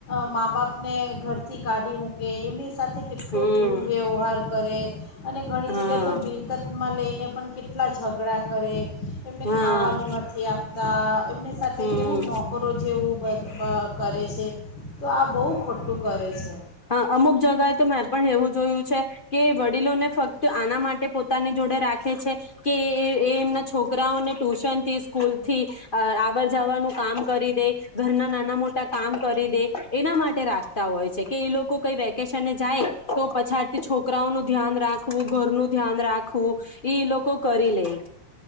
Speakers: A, on the left; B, on the left.
A: મા બાપને. થી કાઢી મૂકે એમ. સાથે કેટલો
B: હમ
A: દૂરવ્યવહાર કરે અને ઘણી
B: હા
A: જગ્યા તો મિલકતમાં લઈને. પણ કેટલા ઝઘડા કરે. એમને
B: હા
A: ખાવાનું નથી આપતા. એમને સાથે. સાથે
B: હમ
A: કેવું નોકરો જેવું કરે છે તો આ બહુ ખોટું કરે છે.
B: હ અમુક જગએ તો મેં પણ એવું જોયું છે કે વડીલોને ફક્ત આના માટે પોતાની જોડે રાખે છે કે એ એમના છોકરાઓને ટ્યુશન થી સ્કૂલ થી આવર જવાનું કામ કરી દે ઘરના નાના મોટા કામ કરી દે એના માટે રાખતા હોય છે. કે એ લોકો કઈ વેકેશનને જાય તો પછાતથી છોકરાઓ નું ધ્યાન રાખવું ઘર નું ધ્યાન રાખવું લોકો કરી લે.